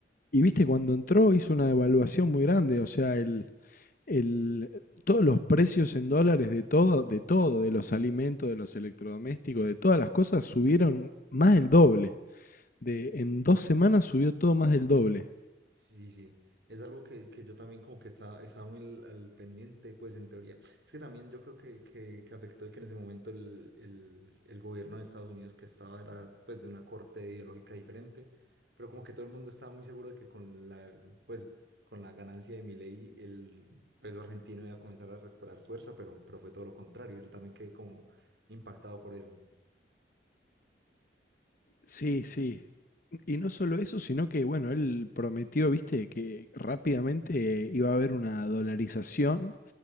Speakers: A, on the left; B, on the right.
A: y viste, cuando entró hizo una devaluación muy grande, o sea, el, el, todos los precios en dólares de todo, de todo, de los alimentos, de los electrodomésticos, de todas las cosas, subieron más del doble. De, en dos semanas subió todo más del doble.
B: Sí, sí, es algo que, que yo también como que estaba, estaba muy al, al pendiente, pues en teoría. Es que también yo creo que, que, que afectó de que en ese momento el, el, el gobierno de Estados Unidos que estaba era pues de una corte ideológica diferente, pero como que todo el mundo estaba muy seguro de que con la, pues, con la ganancia de Milei el peso argentino iba a comenzar a recuperar fuerza, pero, pero fue todo lo contrario. Yo también quedé como impactado por eso.
A: Sí, sí. Y no solo eso, sino que, bueno, él prometió, viste, que rápidamente iba a haber una dolarización,